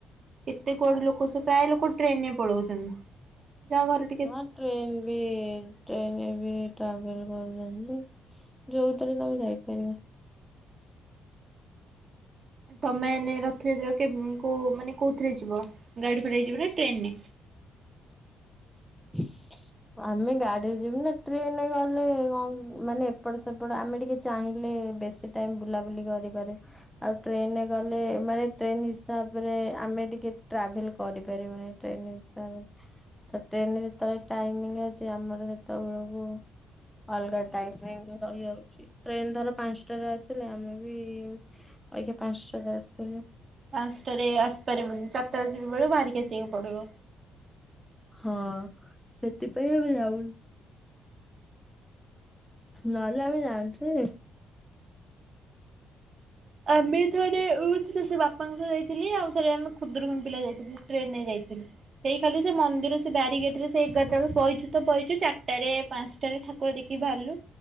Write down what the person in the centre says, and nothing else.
ହଁ ଟ୍ରେଲୱ ଟ୍ରେନରେ ବି ଟ୍ରାଭେଲ କରୁଛନ୍ତି ଯୋଉଥିରେ ତମେ ଯାଇପାରିବ
<inaudible> ଆମେ ଗାଡିରେ ଯିବୁ ନା ଟ୍ରେନରେ ଗଲେ କଣ ମାନେ ଏପଟ ସେପଟ ଆମେ ଟିକେ ଚାହିଁଲେ ବେଶୀ ଟାଇମ ବୁଲାବୁଲି କରିପାରେ ଆଉ ଟ୍ରେନରେ ଗଲେ ମାନେ ଟ୍ରେନ ହିସାବରେ ଆମେ ଟିକେ ଟ୍ରାଭେଲ କରିପାରିବୁନ ଟ୍ରେନ ହିସାବରେ ଟ୍ରେନ ରେ ଯେତେବେଳେ ଟାଇମିଙ୍ଗ ଅଛି ଆମର ସେତେବେଳକୁ ଅଲଗା ଟାଇମ ରହିଯାଉଛି ଟ୍ରେନ ଧର ପାଞ୍ଚଟାରେ ଆସିଲେ ଆମେ ବି ଆଜ୍ଞା ପାଞ୍ଚଟାରେ ଆସିଥିଲି।
ହଁ ସେଥିପାଇଁ ଆବେ ଯାଉନୁ। ନହେଲେ ଆମେ ଯାଆନ୍ତୁ।